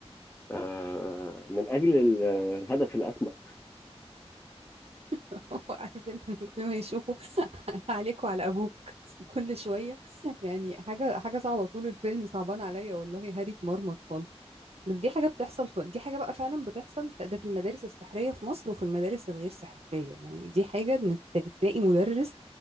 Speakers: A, on the left; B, on the right.
A: آه، من اجل ال- الهدف الاسمى
B: <laughs> عارف انت لما كل ما يشوفوا <laughs> عليك وعلى ابوك <laughs> كل شويه يعني حاجه حاجه صعبه طول الفيلم صعبان عليا والله هاري اتمرمط خالص بس دي حاجه بتحصل في دي حاجه بقى فعلا بتحصل ف- ده في المدارس السحريه في مصر وفي المدارس الغير سحريه يعني دي حاجه ان ت- تلاقي مدرس